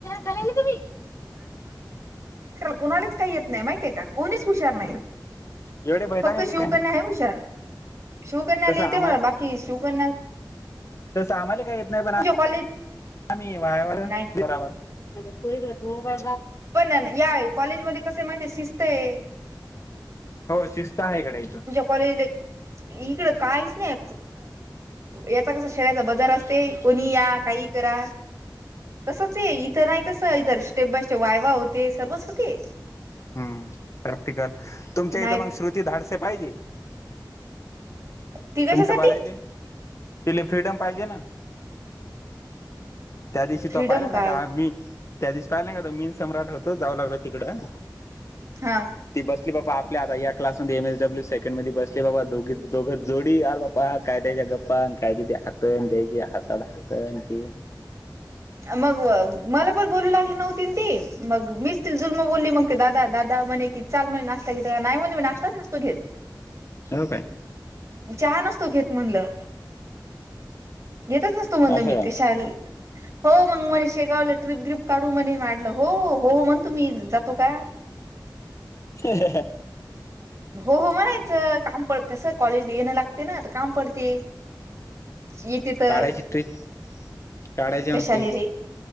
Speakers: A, on the left; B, on the right.
A: तम्ही.
B: कुणालाच काही येत नाही माहिितय का कोणीच हुशार नाही.
A: एवढे भैताने
B: फक्त
A: होते
B: शू
A: काय
B: करण्या हव सर शू करण्या
A: तसं
B: लि
A: आम्हाला
B: तेव्हा बाकी शू करणार.
A: तर सा आम्हाला काही येत नाही पण
B: कॉलेज
A: आम्ही वायावर
B: नाही
A: ब मग पुरी ग्रू पै
B: पण या कॉलेज मध्ये कस माहतीय शिस्त आहे.
A: हो शिस्त आहेकडे इथून.
B: कॉलेज इकड काहीच नाही याचा कसा शे ब ज अस कोणी या काही करा तसच इथ नाही तस इ स्टेप बाय. वायवा होते सर्वच होते.
A: हम्म प्रॅक्टिकल तुमच्या
B: नाही
A: इथं मग श्रुती धाडसे पाहिजे.
B: ती कशासाठी
A: तुमच्या कॉलेजले पिले फ्रीडम पाहिजे ना. त्या दिवशी
B: फ्रीडम
A: तो पाहिला नाही
B: कार्ड
A: का मी. त्या दिवस पाहिला का तो मीन सम्राट होतो जावं लागलो तिकडं.
B: हा.
A: ती बसली बाबा आपल्या आता या क्लासमध्ये एम एसडब्ल्यू सेकंड मध्ये बसली बाबा दोघी दोघ जोडी बापा काय त्याच्याेपा कायदी हातण ते ह हातण त
B: मग मला पण बोलू लागली नव्हती ती मग मीच ती जुलम बोलली मग ते दादा, दादा म्हणे कि चाल म्हण नाश्ता घेत, नाही म्हण मी नाश्ताच नाही घेत.
A: हो काय
B: चहा नको घेत म्हणलं. घेतच नसतो म्हणलं
A: असं
B: मी
A: का
B: कशाल हो मग मणे शेगावलं ट्रिप ग्र्रीप काढू मणे मडलं हो हो म्हणतो मी जातो का
A: ह
B: हो हो म्हणायचं काम पड कसं कॉलेज येणं लागते ना तर काम पडते येते तर
A: काढायची ट्रिक काढायची मग
B: कशाले
A: ट्रिप
B: रे